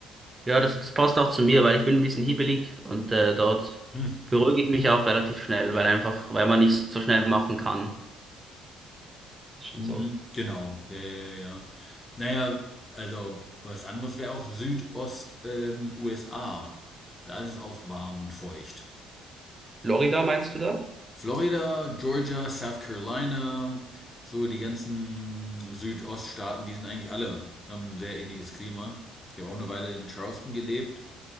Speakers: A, on the right; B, on the left.
A: Ja, das, das passt auch zu mir, weil ich bin ein bisschen hibbelig und äh, dort
B: Hm.
A: beruhige ich mich auch relativ schnell, weil einfach, weil man nicht so schnell machen kann. Ist schon
B: Mhm.
A: so.
B: Genau, ja, ja, ja. ja. Naja, also was anderes wäre auch Südost, ähm, USA. Da ist es auch warm und feucht.
A: Florida meinst du da?
B: Florida, Georgia, South Carolina, so die ganzen Südoststaaten, die sind eigentlich alle, haben ein sehr ähnliches Klima. Ich habe auch eine Weile in Charleston gelebt.